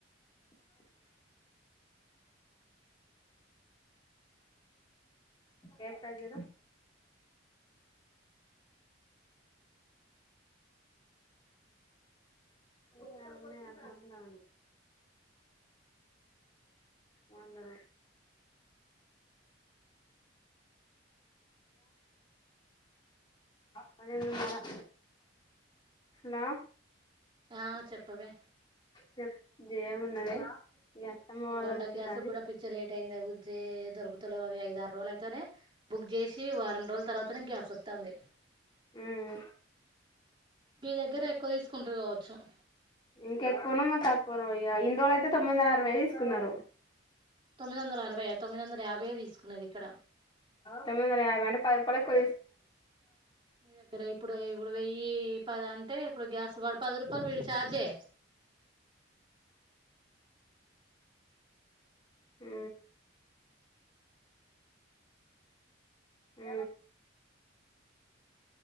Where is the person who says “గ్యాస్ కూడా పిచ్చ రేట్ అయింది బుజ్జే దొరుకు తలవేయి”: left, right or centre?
Right